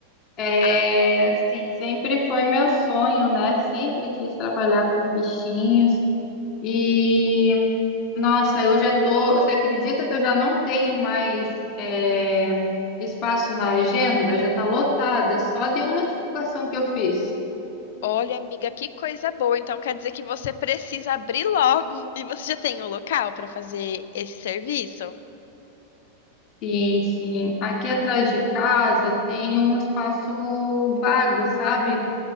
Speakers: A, on the left; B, on the left.
A: É,
B: Ah,
A: sim, sempre foi meu sonho, né? Sempre quis trabalhar com bichinhos. e Nossa, eu já tô. Você acredita que eu já não tenho mais é, espaço na agenda? Já tá lotada, só de uma divulgação que eu fiz.
B: Olha, amiga, que coisa boa. Então quer dizer que você precisa abrir logo <laughs> e você já tem o local para fazer esse serviço?
A: Sim, sim. Aqui atrás de casa tem um espaço vago, sabe?